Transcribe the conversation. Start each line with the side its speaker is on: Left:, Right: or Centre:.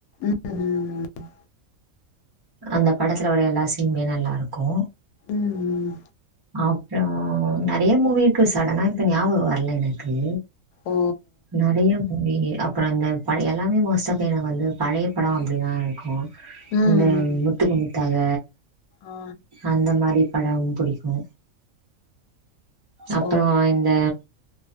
Left: ம் ம்
Right: அந்த படத்துல வர எல்லா சீன்மே நல்லார்க்கு
Left: ம் ம்
Right: அப்றோ நெறைய மூவி இருக்கு சடனா இப்ப ஞாபகோ வர்ல எனக்கு
Left: ஓ
Right: நெறையா மூவி அப்றோ இந்த பழைய எல்லாமே மோஸ்ட் ஆஃப் எனக்கு வந்து பழைய படோ அப்டி தா இருக்கு
Left: ம்
Right: இந்த
Left: ம்
Right: மு த்துக்கு முத்தாக
Left: ஆ
Right: அந்த மாரி படம் புடிக்கு அப்றோ
Left: ஓ
Right: இந்த